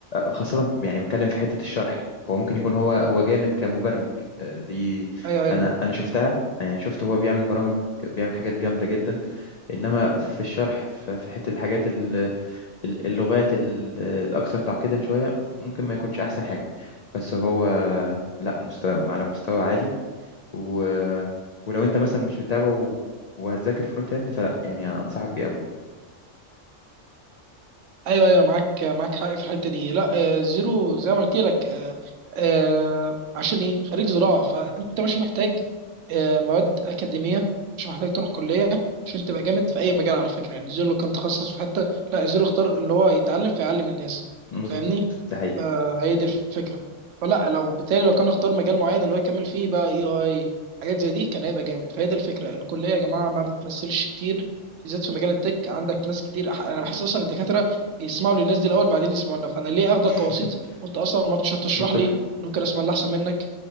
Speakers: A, on the left; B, on the right.
A: خاصه يعني بتكلم في حته الشرح هو ممكن يكون هو هو جامد كمبرمج آه، دي
B: ايوه ايوه
A: انا انا شفتها يعني شفت هو بيعمل برامج بيعمل حاجات جامده جدا انما في الشرح في في حته الحاجات ال- ال- اللغات ال- الاكثر تعقيدا شويه ممكن ما يكونش احسن حاجه بس هو لا مستوى على مستوى عالي و... ولو انت مثلا مش بتتابع و... وهتذاكر فرونت اند فلا يعني انصحك بيه قوي
B: ايوه ايوه معاك معاك حق في الحته دي لا آه، زيرو زي ما قلت لك آه، آه، عشان ايه خريج زراعه فانت مش محتاج آه، مواد اكاديميه مش محتاج تروح كليه عشان تبقى جامد في اي مجال على فكره يعني زيرو لو كان تخصص في حته لا زيرو اختار اللي هو يتعلم فيعلم الناس
A: مظبوط
B: فاهمني
A: ده حقيقي
B: فهي دي الفكره فلا لو بالتالي لو كان اختار مجال معين اللي هو يكمل فيه بقى اي اي حاجات زي دي كان هيبقى جامد فهي دي الفكره الكليه يا جماعه ما بتمثلش كتير بالذات في مجال التك عندك ناس كتير انا بحس اصلا الدكاتره يسمعوا للناس دي الاول بعدين يسمعونا فانا ليه اخدك
A: <laughs>
B: كوسيط وانت اصلا ما رضيتش هتشرح
A: منطقي
B: لي انا ممكن اسمع اللي احسن منك